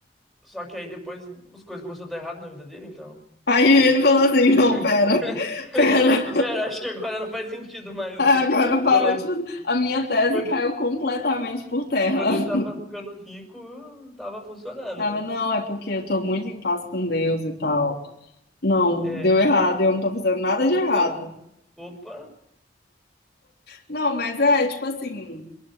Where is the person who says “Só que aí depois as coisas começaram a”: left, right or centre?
Centre